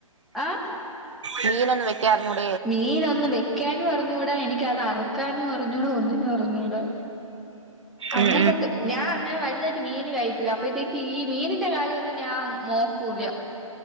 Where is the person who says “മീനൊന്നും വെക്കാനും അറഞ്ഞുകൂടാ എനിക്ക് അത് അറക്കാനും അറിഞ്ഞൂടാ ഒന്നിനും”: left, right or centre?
Centre